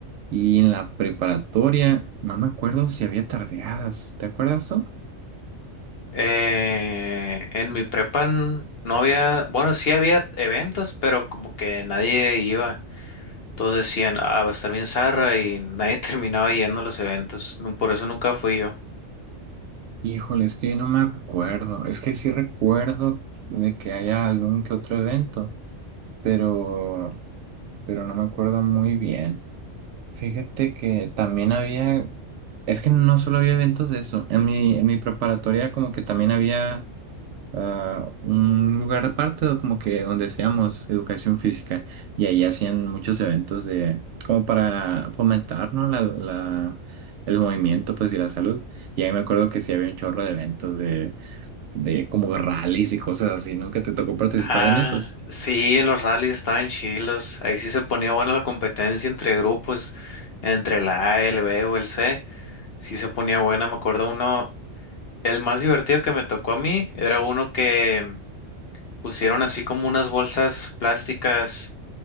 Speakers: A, on the right (about 70°); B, on the left (about 55°).
A: Y en la preparatoria, no me acuerdo si había tardeadas. ¿Te acuerdas tú?
B: Eh, en mi prepa n- no había, bueno, sí había eventos, pero como que nadie iba. Todos decían, ah, va a estar bien zarra y nadie <laughs> terminaba yendo a los eventos. Nu- Por eso nunca fui yo.
A: Híjole, es que yo no me acuerdo. Es que sí recuerdo de que haya algún que otro evento, pero, pero no me acuerdo muy bien. Fíjate que también había, es que no solo había eventos de eso. En mi, en mi preparatoria como que también había ah, un lugar aparte, o como que donde hacíamos educación física y ahí hacían muchos eventos de, como para fomentar, ¿no? La, la, el movimiento, pues, y la salud. Y ahí me acuerdo que sí había un chorro de eventos de de como rallies y cosas así, ¿no? Que te tocó participar
B: Ah,
A: en esas.
B: sí, en los rallies estaban chilos. Ahí sí se ponía buena la competencia entre grupos, entre la A, el B o el C. Sí se ponía buena. Me acuerdo uno, el más divertido que me tocó a mí era uno que pusieron así como unas bolsas plásticas.